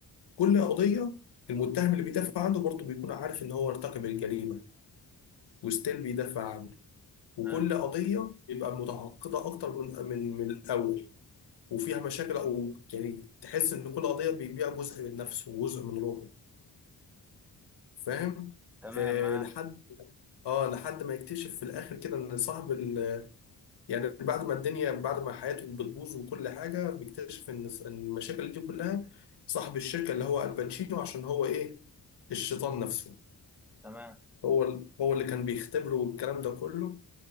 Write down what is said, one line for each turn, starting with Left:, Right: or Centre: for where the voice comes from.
Left: كل قضية المتهم اللي بيدافع عنه برضه بيكون عارف إن هو ارتكب الجريمة وستيل بيدافع عنه وكل
Centre: تمام
Left: قضية يبقى متعقدة أكتر من من من الأول وفيها مشاكل أو يعني تحس إن كل قضية بيبيع جزء من نفسه وجزء من روحه فاهم؟
Centre: تمام
Left: آه،
Centre: معاك
Left: لحد اه لحد ما يكتشف في الاخر كده ان صاحب ال... يعني بعد ما الدنيا بعد ما حياته بتبوظ وكل حاجه بيكتشف ان إن المشاكل دي كلها صاحب الشركه اللي هو الباتشينو عشان هو ايه الشيطان نفسه
Centre: تمام
Left: هو ال... هو اللي كان بيختبره والكلام ده كله